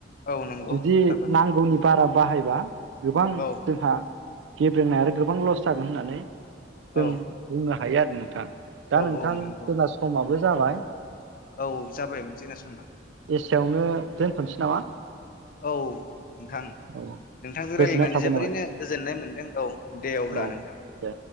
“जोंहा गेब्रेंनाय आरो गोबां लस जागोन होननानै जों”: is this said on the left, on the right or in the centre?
Right